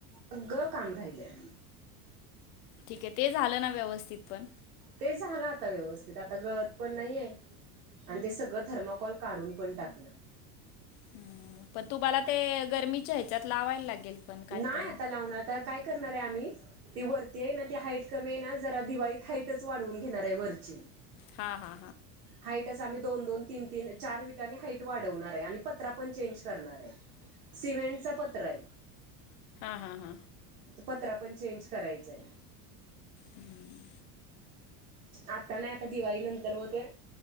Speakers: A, on the right (about 90°); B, on the left (about 70°).
A: सगळं काम राहिलंय.
B: ठीक आहे, ते झालं ना व्यवस्थित पण-
A: ते झाला आता व्यवस्थित, आता गळत पण नाहीये. आणि ते सगळं थरमकॉल काढून पण टाकलं.
B: हम्म, पण तुम्हाला ते गरमीच्या ह्याच्यात लावायला लागेल. पण काहीतरी
A: नाय आता लावणार, आता काय करणार आहे आम्ही. ती वरती आहे ना ती हाईट कमी आहे ना जरा दिवाळीत हाईटच वाढवून घेणार आहे वरची.
B: हा हा
A: हाईट च आम्ही दोन दोन तीन तीन चार विटांनी हाईट वाढवणार आहे, आणि पत्रा पण चेंज करणार आहे. सिमेंटचा पत्रा-
B: हा हा हा
A: पत्रा पण चेंज करायचंय.
B: हम्म.
A: आता नाही आता दिवाळी नंतर मग ते